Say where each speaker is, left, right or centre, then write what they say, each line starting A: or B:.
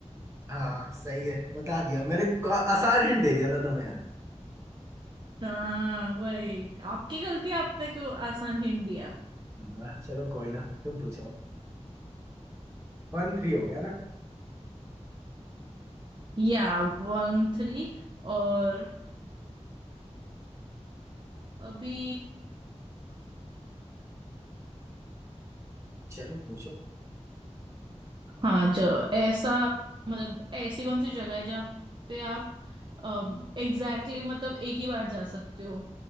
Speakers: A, on the right; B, on the right.
A: हाँ सही है बता दिया मैंने को- आसान हिंट दे दिया था तुम्हें यार।
B: हाँ वही आपकी गलती आपने क्यों आसान हिंट दिया
A: हाँ, चलो कोई ना तुम पूछो वन थ्री हो गया ना
B: या वन थ्री और अभी
A: चलो पूछो
B: हाँ चलो ऐसा मतलब ऐसी कौन सी जगह है जहाँ पे आप एग्जैक्टली exactly, मतलब एक ही बार जा सकते हो